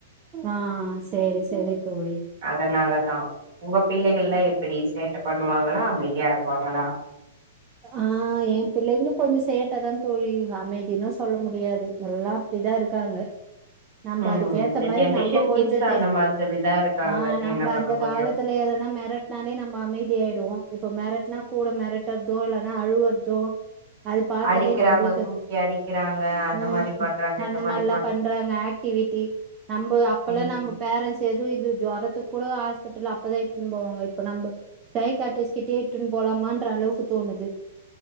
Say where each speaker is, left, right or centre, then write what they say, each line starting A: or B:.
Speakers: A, on the right (about 25°); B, on the right (about 50°).
A: ஆ செரி செரி தோழி
B: அதனால தா உங்க பிள்ளைகள்லா எப்டி சேட்ட பண்ணுவாங்களா அமைதியா இருப்பாங்களா
A: ஆ ஏ பிள்ளைகளு கொஞ்சோ சேட்ட தா தொழி அமைதினு சொல்ல முடியாது எல்லா அப்டிதா இருக்காங்க நம்ம
B: ம்
A: அதுக்கு
B: இந்த
A: ஏத்த மரி
B: ஜென்ரேஷன்
A: நம்ம கொஞ்சோ
B: கிட்ஸ்
A: சே
B: அந்த மாதிரிதா இருக்காங்க
A: ஆ நம்ம
B: என்ன பண்ண
A: அந்த
B: முடியு
A: காலத்துல எதனா மெரட் னாலே நம்ம அமைதி ஆயிடுவோ இப்ப மெரட்னா கூட மெரட்தோ இல்லன்னா அழுவதூ அது பாத்தாலே
B: அடிக்கிறாங்க
A: நம்மளுக்கு
B: தூக்கி அடிக்கிறாங்க அந்த
A: உம்
B: மாரி பண்றாங்க
A: அந்த
B: இந்த மாரி
A: மாரில்லா பண்றாங்க ஹட் டிவிட்டி நம் அப்பல்லா
B: ம்
A: நம்போ ஃபேரண்ஸ் எது இது ஜொரத்துக்கு கூடவ ஹாஸ்பிட்டல் அப்பதா இத்துட்ன்னு போவாங்க இப்ப நம்ம தைகாட்டிஸ்கிட்டையே இத்துன்னு போலாமான்தற அளவுக்கு தோணுது